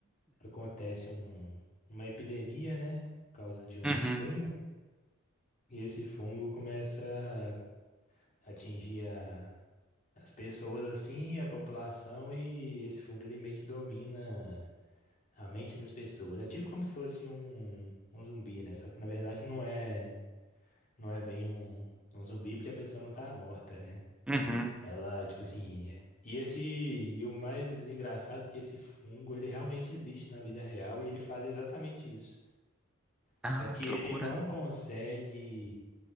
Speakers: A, on the left; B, in the centre.
A: acontece um, uma epidemia, né? Por causa de um
B: Uhum,
A: fungo. E esse fungo começa a atingir a- as pessoas assim, a população, e esse fungo ele meio que domina a mente das pessoas. É tipo como se fosse um, um zumbi, né? Só que na verdade não é, não é bem um, um zumbi porque a pessoa não tá morta, né?
B: uhum.
A: Ela, tipo assim. é- E esse, e o mais engraçado é que esse fungo, ele realmente existe na vida real e ele faz exatamente isso.
B: Ah,
A: Só que
B: que
A: ele
B: loucura.
A: não consegue